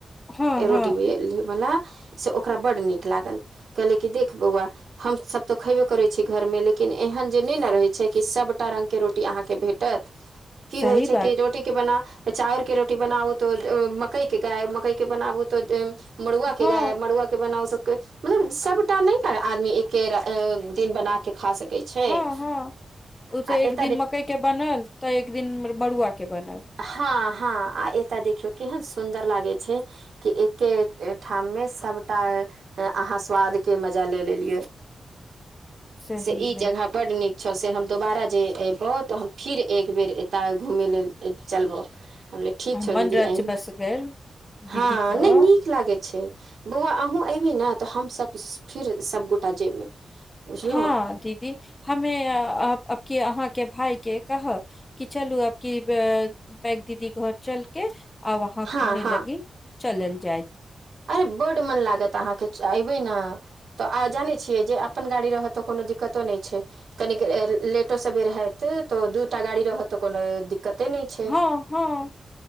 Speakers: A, on the left; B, on the right.
A: हँ
B: रोटीवला
A: हँ
B: से ओकरा बड्ड नीक लागल कहलक कि देख बौआ हम सभ तऽ खेबे करै छीयै घर मे लेकिन एहन जे नहि ने रहे छैय कि सभटा रंगके रोटी रोटी अहाँके भेटत की
A: सही
B: होइ छैय
A: बात
B: कि रोटी के बना चाउर के रोटी बनाबू तऽ मकई के गाय मकई के बनाबू तऽ मड़ुआके
A: हँ
B: गायब है मड़ुआ बना सकके मतलब सबटा नहि कर आदमी एके दिन बना के खा सक छैय
A: हँ हँ ओ
B: आ
A: तऽ
B: एते
A: एक दिन मकई के बनल तऽ एक दिन मड़ुआके बनल।
B: हँ हँ आ एता देखियौ केहन सुन्दर लागय छैय। कि एके ठाममे सभटा अहाँ स्वादके मजा ले लेलियै।
A: सही
B: से ई
A: मे
B: जगह बड नीक छौ से हम दोबारा जे एबौ तऽ हम फिर एक बेेर एता घूमे ल चलबौ हम ठीक छौ दीदी
A: मन रच
B: एहिमे
A: बस गेल
B: हँ
A: दीदी क
B: नहि नीक लागे छैय। बौआ अहूँ एबय ने तऽ हमस फिर सबगोटा जेबै। बुझलहुँ
A: हँ दीदी हमे अपके अहाँके भााय के कह कि चलू आपक बैग दीदी घर चलके आ वहां घूमे
B: हँ हँ
A: लगी चलल जाय।
B: अरे बड मन लागत अहाँके अयबै ने तऽ आ जानै छियै जे अपन गाड़ी रहय तऽ कोनो दिक्कतो नहि छैय। कन लेटो सेर होत तऽ दूटा गाड़ी रहतऽ कोनो दिक्क कते नहि छैय
A: हँ हँ